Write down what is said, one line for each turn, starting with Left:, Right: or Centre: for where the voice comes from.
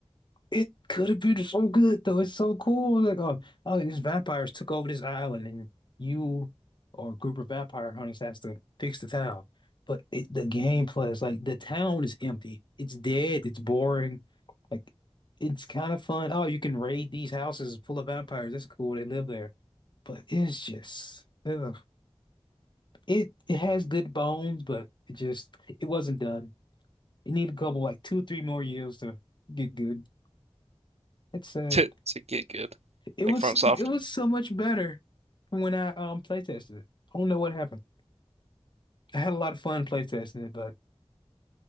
Left: It could have been so good though. It's so cool. Like, oh, oh, these vampires took over this island, and you or a group of vampire hunters has to fix the town. But it, the gameplay is like the town is empty. It's dead. It's boring. Like, it's kind of fun. Oh, you can raid these houses full of vampires. That's cool. They live there. But it's just ugh. It it has good bones, but it just it wasn't done. It needed a couple like two, three more years to get good. It's
Right: <laughs>
Left: sad.
Right: to to get good,
Left: It
Right: like
Left: was
Right: FromSoft.
Left: so, it was so much better from when I um play tested it. I don't know what happened. I had a lot of fun play testing it, but